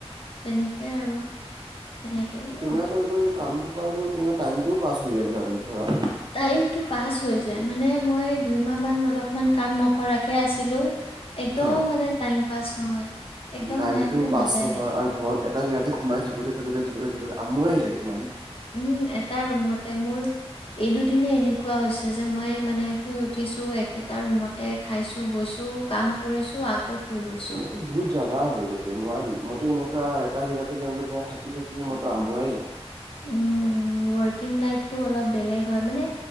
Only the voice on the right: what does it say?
কেনেকৈ
কৰি কাম সোপা তেনেকুৱ টাইমটো পাছ হৈ যায় য ধৰা
অ',
টাইমটো পাছ
নহয় আৰু ঘৰত এটা জেগাতে সোমাই থাকোতে, থাকোতে, থাকোতে, থাকোতে আমুৱাই যায় তোমাৰ
তোমাৰতো বহুত জ্বালা হৈ গতে নোৱাৰিম মইতো এনেকুৱা এটা জেগাতে গতে থাকি থাকি মইতো আমুৱাই যাম।